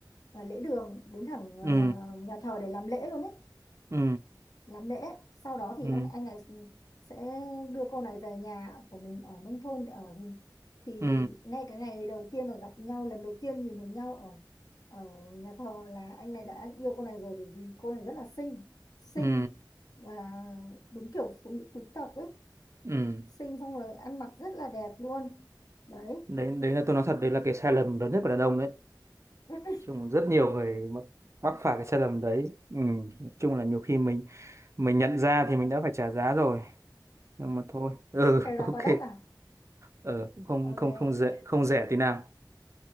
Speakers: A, on the left (about 50°); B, on the right (about 40°).
A: ờ, lễ đường, đến thẳng ờ,
B: ừ
A: nhà thờ để làm lễ luôn ấy,
B: ừ
A: làm lễ. Sau đó thì
B: ừ
A: ông anh này sẽ đưa cô này về nhà của mình ở nông thôn để ở thì thì
B: ừ
A: ngay cái ngày đầu tiên mà gặp nhau lần đầu tiên nhìn thấy nhau ở ở nhà thờ là anh này đã yêu cô này rồi bởi vì cô này rất là xinh, xinh
B: ừ
A: và đúng kiểu phụ nữ quý tộc ấy
B: ừ
A: xinh xong rồi ăn mặc rất là đẹp luôn đấy
B: đấy đấy là tôi nói thật đấy là cái sai lầm lớn nhất của đàn ông đấy
A: <laughs>
B: chung rất nhiều người mắc mắc phải cái sai lầm đấy ừ nói chung là nhiều khi mình mình nhận ra thì mình đã phải trả giá rồi nhưng mà thôi ừ
A: cái
B: <laughs>
A: giá
B: ok
A: quá đắt à
B: ừ không
A: ok
B: không không rẻ không rẻ tí nào